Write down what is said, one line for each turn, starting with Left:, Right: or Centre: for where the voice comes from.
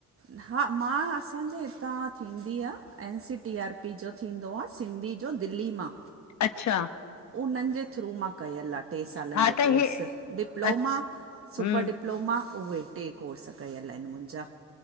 Right: हा, मां असांजे हितां थींदी आ, N C T R P जो थींदो आ सिंधी जो, दिल्ली मां
Left: अच्छा
Right: उन्हनि जे थ्रू मां कयल आ। टे सालनि
Left: हा
Right: जो
Left: त
Right: कोर्स
Left: हे
Right: डिप्लोमा,
Left: अच्छा
Right: सुपर
Left: हम्म
Right: डिप्लोमा, उहे टे कोर्स कयल आहिनि मुंहिंजा